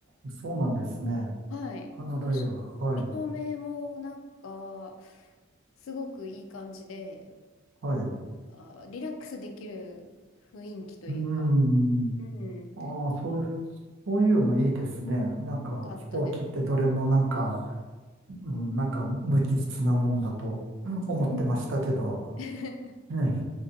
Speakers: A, on the right (about 65°); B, on the left (about 75°).
A: そうなんですね。
B: はい。
A: カナダエア、
B: なんかし、
A: はい。
B: 照明もなんか、すごくいい感じで、
A: はい。
B: あ、リラックスできる雰囲気というか、
A: うん。
B: うん、
A: ああ、そういう、そういうのいいですね。なんか飛行機ってどれもなんか、
B: よかったです。
A: うん、なんか無機質なもんだと思ってましたけど。
B: うん <laughs>
A: ね